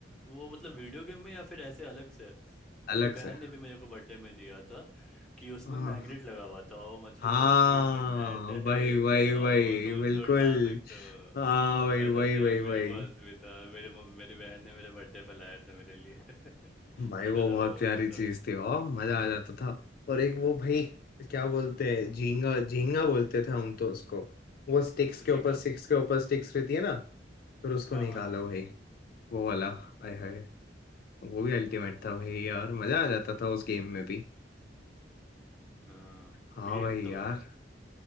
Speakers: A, in the centre; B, on the left.
A: वो मतलब वीडियो गेम में या फिर ऐसे अलग से
B: अलग
A: मेरी बहन
B: से
A: ने भी मेरे को बर्थडे में दिया था कि उसमें
B: हाँ
A: मैग्नेट लगा हुआ था और वो मछली
B: हाँ
A: सब पूल में तैरते रहेगी
B: वही वही
A: और
B: वही
A: वो तो
B: बिल्कुल
A: उसको उठा सकते हो
B: हाँ वही
A: वैसा
B: वही
A: सेम
B: वही वही
A: मेरे पास भी था मेरे मम- मेरी बहन ने मेरे बर्थडे पर लाया था मेरे लिए <laughs>
B: भाई
A: छोटा
B: वो
A: था
B: बहुत
A: मैं बहुत
B: प्यारी
A: उस वक्त
B: चीज थी वाह मजा आ जाता था और एक वो भाई क्या बोलते हैं झींगा झींगा बोलते थे हम तो उसको वो स्टिक्स
A: झींगा
B: के ऊपर स्टिक्स के ऊपर स्टिक्स रहती है ना फिर उसको
A: हाँ
B: निकालो
A: हाँ हाँ
B: भाई वो वाला हाय हाय वो भी अल्टीमेट था भाई यार मजा आ जाता था उस गेम में भी
A: हाँ
B: हाँ
A: ये
B: भाई
A: तो
B: यार
A: है यार